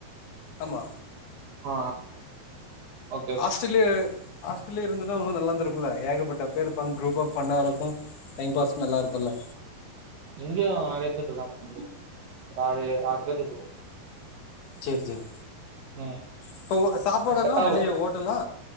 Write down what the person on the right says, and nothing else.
அ அ ஓகே ஓகே
ம்
இங்கயு நறைய பேர் இருக்காங்க ப்ரோ ஒரு ஆறு பேர் இருக்கோ
ம்
அது செட் ஆகல